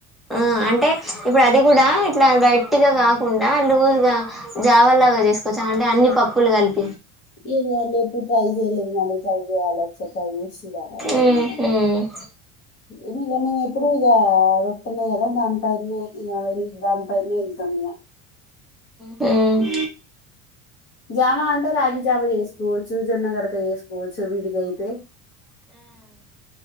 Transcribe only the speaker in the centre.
ఆ అంటే ప్చ్ ఇప్పుడు అది కూడా ఇట్లా గట్టిగా కాకుండా లూజ్ గా జావలాగ చేసుకోచ్చా అంటే అన్నీ పప్పులు కలిప్
మ్మ్
హ్మ్